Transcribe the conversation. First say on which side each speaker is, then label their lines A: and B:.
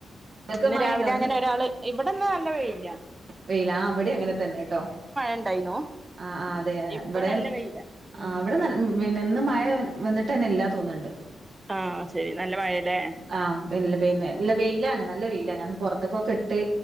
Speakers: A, on the right; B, on the right.
A: ങ്ങക്ക്
B: ഇന്ന്
A: മഴണ്ടോ
B: രാവിലെ അങ്ങനെ ഒരാള് ഇവ്ടെന്നാ നല്ല വെയ്ലാ.
A: വെയിലാ ഇവിടെ അങ്ങനെ തന്നെട്ടോ.
B: ഉണ്ടായിന്നു
A: ആ ആ അതെ
B: ഇപ്പൊ
A: ഇവടെ
B: നല്ല വെയിലാ ഉം
A: ആ ഇവടെ ന <unintelligible> ന്നെ ഇന്ന് മഴ വന്ന്ട്ട്ന്നെ ഇല്ലാ തോന്ന്ണ്ട്.
B: ആഹ് ശരി നല്ല മഴല്ലേ
A: ആ <unintelligible> വെയിലാണ് നല്ല വെയിലാ ഞാ ന്ന് പൊറത്ത്ക്കൊക്കെ ഇട്ട്